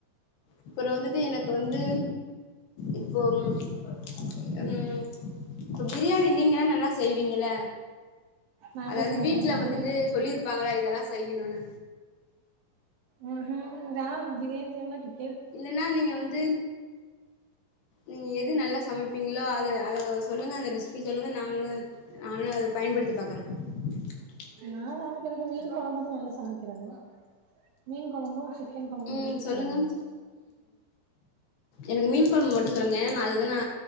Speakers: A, on the left; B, on the right.
A: அப்புறொ வந்துட்டு எனக்கு வந்து இப்போ ம் இப்ப பிரியாணி நீங்கல்லா நல்லா செய்வீங்கள
B: நாங்க
A: அதாவது
B: ச
A: வீட்டுல
B: நாங்க
A: வந்துட்டு சொல்லியிருப்பாங்களா இதெல்லா செய்யணும்னு
B: ம்ஹு நா பிரியாணி செய் மாட்டிட்
A: இல்லன்னா நீங்க வந்து நீங் எ து நல்லா சமைப்பீங்ளோ அத அத சொல்லுங்க அந்த ரெசிபி சொல்லுங்க நாங்களு நானு அத பயன்படுத்தி பாக்கறே <unintelligible>
B: நா சமைக்கிறது மீன் கொழம்பதா நல்லா சமைக்கிறது மீன் கொழம்பு சிக்கன் கொழம்பு
A: ம்
B: பீஃப்
A: சொல்லுங்க
B: கொழம்புந்தா
A: எனக் மீன் கொழம்பு மட்டு சொல்லுங்க நா அதுதா நா